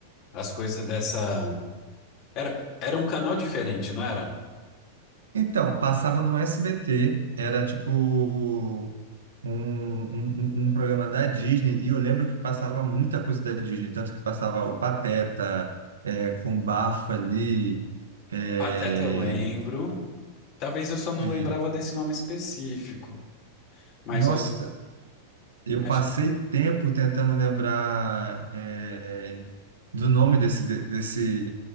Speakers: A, on the left; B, on the right.
A: as coisas dessa. Era, era um canal diferente, não era?
B: Então, passava no SBT, era tipo um, um, um um programa da Disney e eu lembro que passava muita coisa da Disney, tanto que passava o Pateta é, com bafo ali. é,
A: Pateta eu lembro. Talvez eu só não
B: é,
A: lembrava desse nome específico. Mas.
B: nossa,
A: eu-
B: Eu
A: mas
B: passei tempo tentando lembrar é, do nome desse, de- desse,